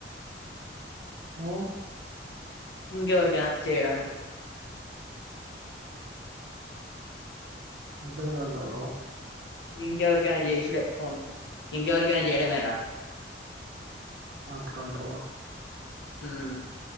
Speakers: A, on the right; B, on the left.
A: ఓ
B: ఇంకేవరికి ఆఫ్ చేయడ
A: అర్ధం కాలేదు
B: ఇంకెవరికైనా చేసుడే ఫోన్ ఇంకెవరి కైన చేయడమేరా
A: అట్లాంవ్
B: మ్